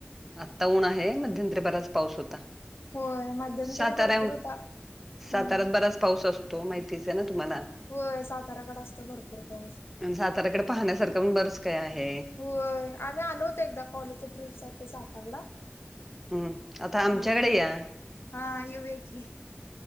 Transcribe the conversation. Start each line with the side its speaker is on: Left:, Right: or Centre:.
Centre: आत्ता ऊन आहे मध्यंतरी बराच पाऊस होता.
Left: होय मध्यमंतरी
Centre: साताऱ्या
Left: भरपूर होता
Centre: साताऱ्यात
Left: ह
Centre: बराच पाऊस असतो माहितीच आहे ना तुम्हाला
Left: होय साताऱ्याकडे असतो भरपूर पाऊस
Centre: आणि साताऱ्याकडे पाहण्यासारखं पण बरंच काय आहे.
Left: होय, आम्ही आलो होतो एकदा कॉलेजच्या ट्रीप साठी सातारला.
Centre: हम्म आता आमच्याकडे
Left: हो
Centre: या.
Left: हा हा, येऊया की.